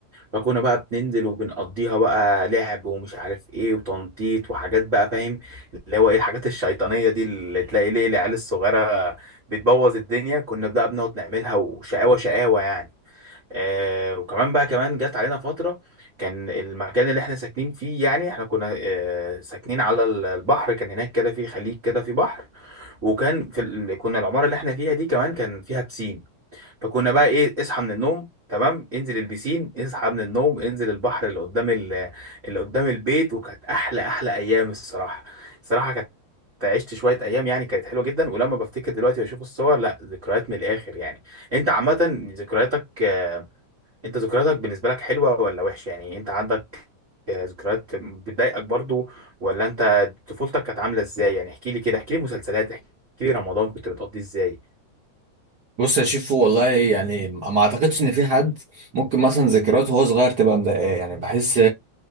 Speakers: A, on the right; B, on the right.
A: فكنا بقى بننزل وبنقضيها بقى لعب ومش عارف ايه وتنطيط وحاجات بقى فاهم اللي هو ايه الحاجات الشيطانيه دي اللي تلاقي ليه العيال الصغيره بتبوظ الدنيا كنا بقى بنقعد نعملها وشقاوه شقاوه يعني آه وكمان بقى كمان جت علينا فترة كان المكان اللي احنا ساكنين فيه يعني احنا كنا آه ساكنين على ال- البحر كان هناك كده في خليج كده في بحر وكان في ال... كنا العمارة اللي احنا فيها دي كمان كان فيها بسين فكنا بقى ايه اصحى من النوم تمام انزل البسين اصحى من النوم انزل البحر اللي قدام ال... اللي قدام البيت وكانت احلى احلى ايام الصراحة الصراحة كانت عشت شوية أيام يعني كانت حلوة جدا ولما بفتكر دلوقتي وأشوف الصور لا ذكريات من الآخر يعني أنت عامة ذكرياتك آه، انت ذكرياتك بالنسبة لك حلوة ولا وحشة يعني انت عندك آه، ذكريات بتضايقك برضو ولا انت طفولتك كانت عاملة ازاي يعني احكي لي كده احكي لي مسلسلات احكي لي رمضان كنت بتقضيه ازاي
B: بص يا شيفو والله يعني ما اعتقدش ان في حد ممكن مثلا ذكرياته وهو صغير تبقى مضايقاه يعني بحس